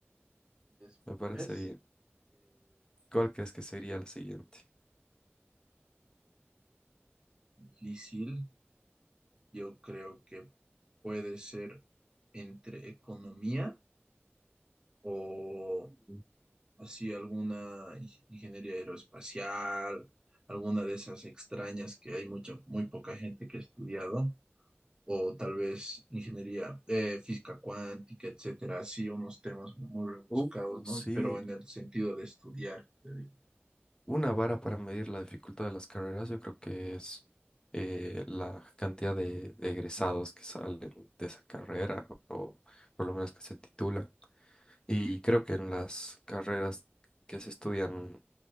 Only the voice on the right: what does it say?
Y después,
eh,
Difícil, yo creo que puede ser entre economía o
así alguna ing- ingeniería aeroespacial, alguna de esas extrañas que hay mucha, muy poca gente que ha estudiado, o tal vez ingeniería eh, física cuántica, etcétera, así unos temas muy rebuscados,
¿no?
Pero en el sentido de estudiar, te digo.